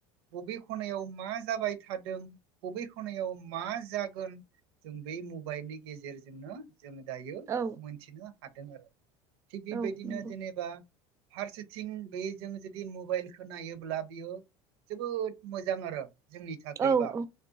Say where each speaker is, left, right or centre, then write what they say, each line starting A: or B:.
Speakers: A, on the right; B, on the right.
A: बबे खनायाव मा जाबाय थादों बबे खनायाव मा जागोन। जों बे मबाइलनि गेजेरजोंनो जोङो दायो
B: औ
A: मोनथिनो हादों आरो। थिग बेबायदिनो
B: औ नंगौ
A: जेनेबा फार्स्टथि बे। जों जुदि मबाइलखौ नायोब्ला बियो जोबोद मोजां आरो। जोंनि थाखायबा
B: औ औ